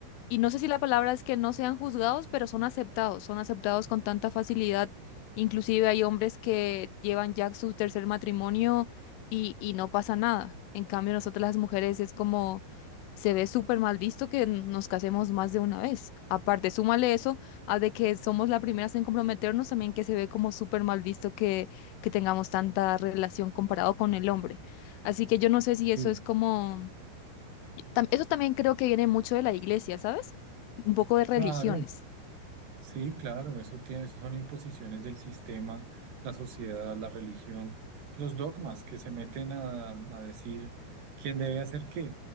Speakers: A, on the left (about 80°); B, on the right (about 55°).
A: y no sé si la palabra es que no sean juzgados, pero son aceptados, son aceptados con tanta facilidad. Inclusive hay hombres que llevan ya su tercer matrimonio y, y no pasa nada. En cambio, nosotras las mujeres es como se ve súper mal visto que nos casemos más de una vez. Aparte, súmale eso a de que somos las primeras en comprometernos, también que se ve como súper mal visto que, que tengamos tanta relación comparado con el hombre. Así que yo no sé si eso
B: Mm.
A: es como tam- eso también creo que viene mucho de la iglesia, ¿sabes? Un poco de religiones.
B: Claro. Sí, claro, eso tiene, eso son imposiciones del sistema, la sociedad, la religión, los dogmas que se meten a, a decir quién debe hacer qué.